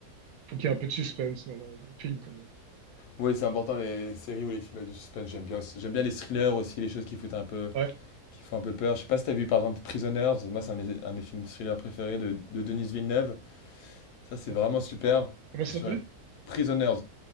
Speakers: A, on the right; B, on the left.
A: faut qu'il y ait un peu de suspense dans le, dans le film quand même.
B: Oui, c'est important les séries ou les films avec du suspense, j'aime bien aussi. J'aime bien les thrillers aussi, les choses qui foutent un peu,
A: Ouais.
B: qui font un peu peur. Je sais pas si t'as vu par exemple Prisoners, moi c'est un, de mes- un de mes films thrillers préférés de, de Denis Villeneuve. Ça c'est
A: Bon.
B: vraiment super.
A: Comment
B: C'est
A: ça
B: sur
A: s'appelle?
B: un... Prisoners.